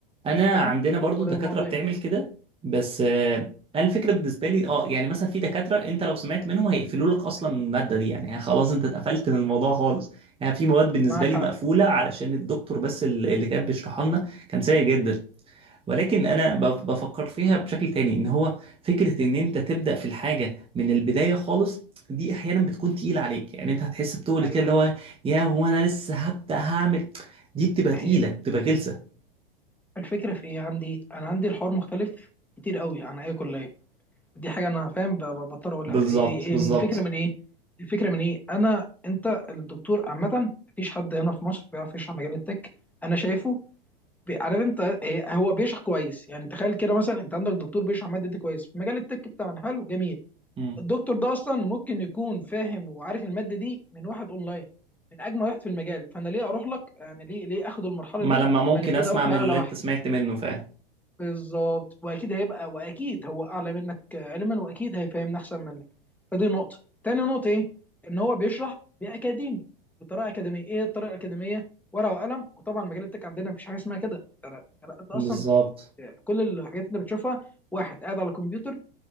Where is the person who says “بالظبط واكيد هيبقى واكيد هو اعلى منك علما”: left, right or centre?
Centre